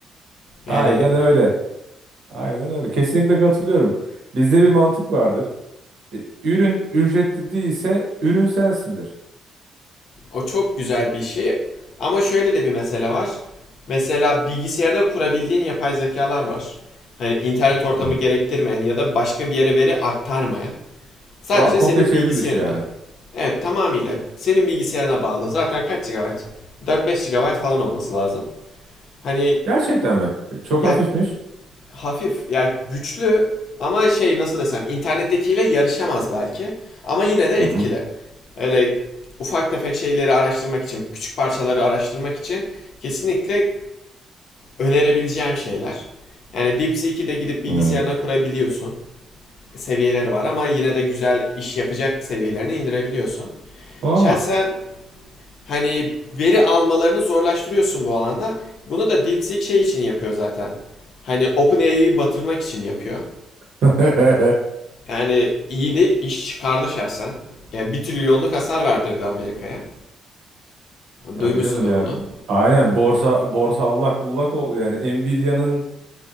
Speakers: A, on the left (about 65°); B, on the right (about 80°).
A: Yani
B: Aynen öyle. Aynen öyle. Kesinlikle katılıyorum. Bizde bir mantık vardır. E, Ürün ücretli değilse ürün sensindir.
A: O çok güzel bir şey. Ama şöyle de bir mesele var. Mesela bilgisayarda kurabildiğin yapay zekalar var. Hani internet ortamı
B: Hı.
A: gerektirmeyen ya da başka bir yere veri aktarmayan. Sadece
B: Vay, komple
A: senin
B: çevrim
A: bilgisayarında.
B: dışı yani.
A: Evet tamamıyla senin bilgisayarına bağlı. Zaten kaç GB? 4-5 GB falan olması lazım. Hani
B: Gerçekten mi? E, Çok
A: ya
B: hafifmiş.
A: hafif yani güçlü ama şey nasıl desem internettekiyle yarışamaz belki ama yine de
B: Hı
A: etkili.
B: hı.
A: Öyle ufak tefek şeyleri araştırmak için, küçük parçaları araştırmak için kesinlikle önerebileceğim şeyler. Yani DeepSeek'i de gidip bilgisayarına
B: Hı.
A: kurabiliyorsun. Seviyeleri var ama yine de güzel iş yapacak seviyelerine indirebiliyorsun.
B: Vay.
A: Şahsen hani veri almalarını zorlaştırıyorsun bu alanda. Bunu da DeepSeek şey için yapıyor zaten. Hani OpenAI'yi batırmak için yapıyor.
B: <laughs>
A: Yani iyi de iş çıkardı şahsen. Ya bir trilyonluk hasar verdirdi Amerika'ya.
B: Tabii
A: Duymuşsundur
B: canım yani.
A: bunu.
B: bu- Aynen borsa borsa allak bullak oldu yani. Nvidia'nın